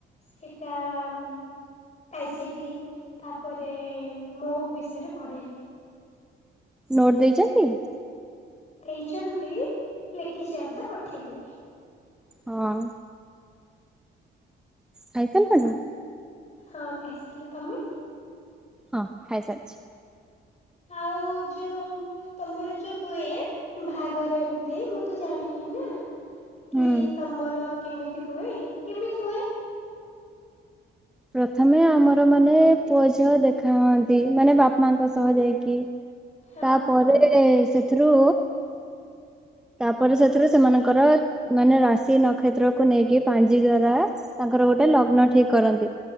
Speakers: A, on the left; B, in the centre.
A: ସେଟା ଉଁ। ଆଇ ସି ଡି ତାପରେ ମୋକ୍ ବିଷୟରେ ପଢ଼େଇଲେ।
B: ନୋଟ୍ ଦେଇଚନ୍ତି?
A: ଦେଇଚନ୍ତି ଲେଖିଛି ଅଧା ପଠେଇଦେବି।
B: ହଁ। ଖାଇସାରିଲଣି ନା?
A: ହଁ ଖାଇସାଇଲି ତମେ?
B: ହଁ ଖାଇସାରିଛି।
A: ଆଉ ଯୋଉ। ତମର ଯୋଉ ହୁଏ ବାହାଗର ଏମତି ମୁଁ ତ ଜାଣିନି ନା। କି
B: ହୁଁ
A: ତମର କେମିତି ହୁଏ କେମିତି ହୁଏ?
B: ପ୍ରଥମେ ଆମର ମାନେ ପୁଅ ଝିଅ ଦେଖା ହଅନ୍ତି ମାନେ ବାପା ମାଆଙ୍କ ସହ ଯାଇକି।
A: ହଁ
B: ତାପରେ ସେଥିରୁ। ତାପରେ ସେଥିରୁ ସେମାନଙ୍କର ମାନେ ରାଶି ନକ୍ଷେତ୍ରକୁୁ ନେଇକି ପାଞ୍ଜି ଦ୍ଵାରା। ତାଙ୍କର ଗୋଟେ ଲଗ୍ନ ଠିକ କରନ୍ତି